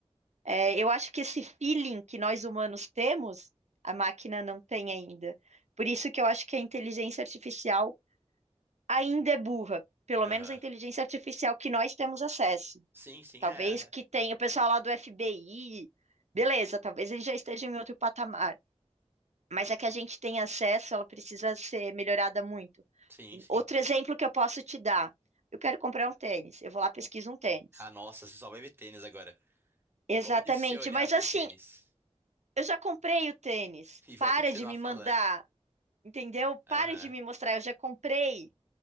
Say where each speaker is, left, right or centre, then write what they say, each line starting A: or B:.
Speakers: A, on the right (about 80°); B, on the right (about 20°).
A: É, eu acho que esse feeling que nós humanos temos, a máquina não tem ainda. Por isso que eu acho que a inteligência artificial ainda é burra. Pelo
B: Aham.
A: menos a inteligência artificial que nós temos acesso.
B: Sim, sim,
A: Talvez
B: é.
A: que tenha o pessoal lá do FBI. Beleza, talvez eles já estejam em outro patamar. Mas é que a gente tem acesso, ela precisa ser melhorada muito.
B: Sim, sim.
A: Outro exemplo que eu posso te dar. Eu quero comprar um tênis. Eu vou lá pesquiso um tênis.
B: Ah, nossa, você só vai ver tênis agora.
A: Exatamente.
B: Onde você olhar
A: Mas
B: tem
A: assim,
B: tênis. <laughs>
A: eu já comprei o tênis.
B: E vai
A: Para
B: continuar
A: de me
B: falando.
A: mandar, entendeu?
B: Aham.
A: Para de me mostrar. Eu já comprei.